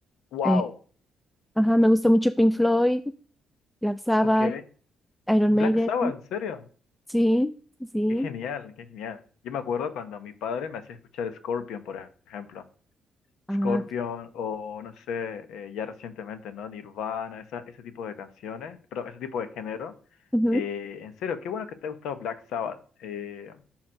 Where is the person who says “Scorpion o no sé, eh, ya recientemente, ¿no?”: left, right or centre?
Left